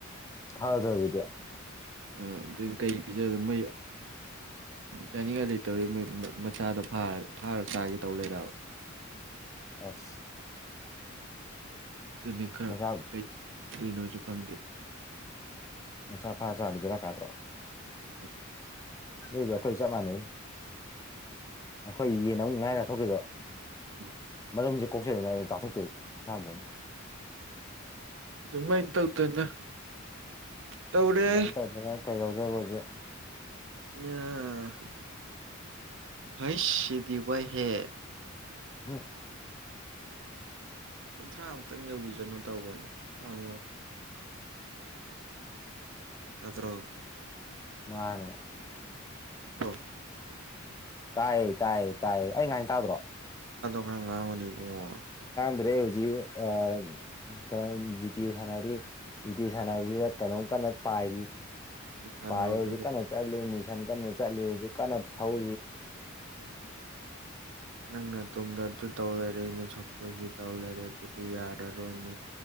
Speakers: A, on the left; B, on the right.
A: ꯍꯗ ꯏꯗꯌꯥ
B: ꯑ ꯑꯗꯨ ꯀꯩ ꯄꯤꯖꯒ ꯃꯩ ꯆꯅꯤꯒ ꯂꯩꯇꯧꯒꯤ ꯃꯆꯥꯗꯣ ꯐꯥꯔ ꯆꯥꯒꯦ ꯇꯧ ꯂꯩꯔꯕ
A: ꯑꯁ
B: ꯑꯗꯨꯅꯤ ꯈ
A: ꯃꯆꯥ
B: ꯀꯩ ꯇꯨꯏꯅꯣꯁꯨ ꯈꯪꯗꯦ
A: ꯃꯁꯥ ꯐꯥ ꯆꯥꯕꯤꯔꯛꯀꯥꯗ꯭ꯔꯣ
B: ꯇꯖ
A: ꯂꯩꯗꯈꯣꯏ ꯁꯃꯅꯦ ꯑꯩꯈꯣꯏ ꯌꯦꯟ ꯑꯃꯨꯛ ꯉꯥꯏ ꯉ ꯊꯣꯛꯣꯛꯄꯤꯗꯣ
B: ꯎꯝ
A: ꯃꯔꯨꯝꯁꯦ ꯀꯣꯛꯆꯩꯦꯅ ꯑꯗꯨꯥꯊꯣꯛꯣꯏꯏ ꯑꯗꯅ
B: ꯑꯗꯨꯃꯥꯏꯅ ꯇꯧꯗꯅ ꯇꯧꯔꯦ
A: ꯏꯃꯥꯏꯟ ꯇꯧꯗꯅ ꯀꯩ ꯌꯎꯗꯦ ꯔꯣꯖꯦ
B: ꯑ ꯍꯩꯁ ꯁꯤꯗꯤꯋꯥ ꯍꯦ
A: ꯎꯝ
B: ꯀꯨꯟꯊ꯭ꯔꯥꯃꯨꯛꯇꯪ ꯌꯧꯕꯤꯁꯅꯨ ꯇꯧꯕꯅꯦ ꯀꯨꯟꯊ꯭ꯔꯥꯃꯨꯛ ꯌꯧꯒ ꯑꯠꯇ꯭ꯔꯣ
A: ꯃꯥꯅꯦ
B: ꯑꯗꯨ
A: ꯇꯥꯏ ꯇꯥꯏ ꯇꯥꯏ ꯑ ꯉ ꯉꯥꯏ ꯇꯗꯣ
B: ꯈꯈ ꯉꯥ ꯑꯃꯅꯤꯅꯤ ꯨꯡꯑꯣꯣ
A: ꯦꯖꯤ ꯑ ꯀ ꯖꯤꯇ ꯍꯥꯏꯔꯤ ꯏꯇꯤ ꯁꯥꯟꯅꯕꯁꯤꯗ ꯀꯩꯅꯣꯝ ꯀꯟꯅ ꯄꯥꯏꯔꯤ
B: ꯁꯥꯟꯅꯕꯗꯨꯗ
A: ꯄꯔ ꯍꯧꯖꯤꯛ ꯀꯅꯦ ꯆꯠꯂꯤ ꯃꯤꯁꯟ ꯀꯅꯦ ꯆꯠꯂꯤ ꯍꯧꯖꯤꯛ ꯀꯅ ꯊꯧ
B: ꯑꯝ
A: ꯎ
B: ꯅꯪꯅ ꯇꯨꯡꯗꯁꯨ ꯇꯧ ꯂꯩꯔꯦ ꯑꯩꯅ ꯁꯣꯝꯗꯁꯨ ꯇꯧ ꯂꯩꯔꯦ ꯑꯗꯨꯗꯤ ꯌꯥꯔꯔꯣꯏꯅꯦ